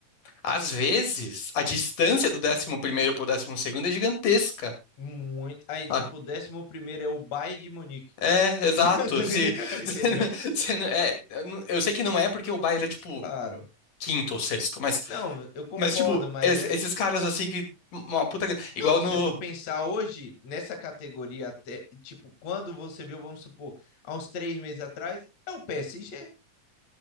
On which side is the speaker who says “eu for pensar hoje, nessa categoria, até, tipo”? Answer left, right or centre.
Left